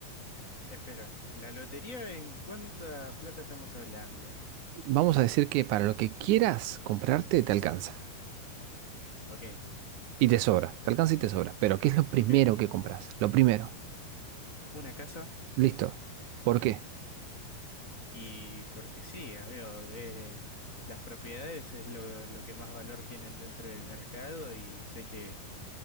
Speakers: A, on the left; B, on the right.
A: Espera. ¿La lotería en cuánta plata estamos hablando?
B: Vamos a decir que para lo que quieras comprarte te alcanza.
A: Ok.
B: Y te sobra, te alcanza y te sobra. Pero ¿qué es lo primero
A: Ok.
B: que compras? Lo primero.
A: Una casa.
B: Listo. ¿Por qué?
A: Y porque sí, amigo. eh, las propiedades es lo, lo que más valor tienen dentro del mercado y sé que